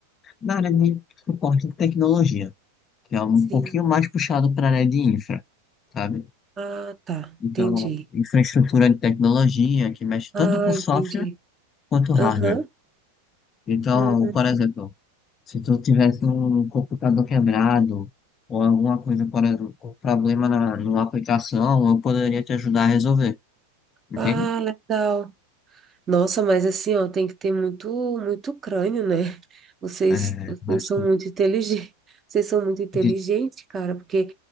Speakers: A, on the left; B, on the right.
A: na área de suporte de tecnologia, que é um
B: Sim.
A: pouquinho mais puxado para a área de infra, sabe?
B: Ah, tá.
A: Então,
B: Entendi.
A: infraestrutura de tecnologia que mexe tanto
B: Ah,
A: com software
B: entendi.
A: quanto hardware.
B: Aham.
A: Então,
B: Hum.
A: por exemplo, se tu tivesse um computador quebrado ou alguma coisa, por exemplo, um problema na, numa aplicação, eu poderia te ajudar a resolver, entende?
B: Ah, legal. Nossa, mas assim, ó, tem que ter muito, muito crânio, né? <laughs> Vocês,
A: É,
B: vocês
A: mas
B: são muito inteligentes. <laughs> Vocês são muito inteligentes,
A: de,
B: cara, porque